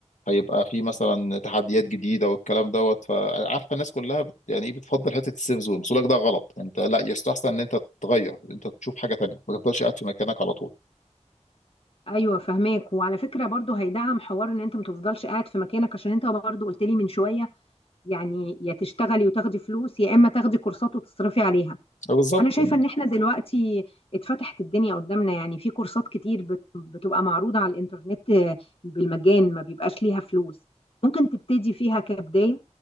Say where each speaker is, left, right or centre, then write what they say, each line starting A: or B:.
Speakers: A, on the left; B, on the left.
A: هيبقى في مثلا تحديات جديده والكلام دوت فعارفه الناس كلها بت يعني ايه بتفضل حته السيف زون بس لك ده غلط انت لا يستحسن ان انت تتغير انت تشوف حاجه تانية ما تفضلش قاعد في مكانك على طول
B: ايوه فهماك وعلى فكره برضو هيدعم حوار ان انت ما تفضلش قاعد في مكانك عشان انت برضو قلت لي من شويه يعني يا تشتغلي وتاخدي فلوس يا اما تاخدي كورسات وتصرفي عليها
A: أه بالظبط
B: انا شايفه ان احنا دلوقتي اتفتحت الدنيا قدامنا يعني في كورسات كتير بت- بتبقى معروضه على الانترنت آه، بالمجان ما بيبقاش ليها فلوس ممكن تبتدي فيها كبدايه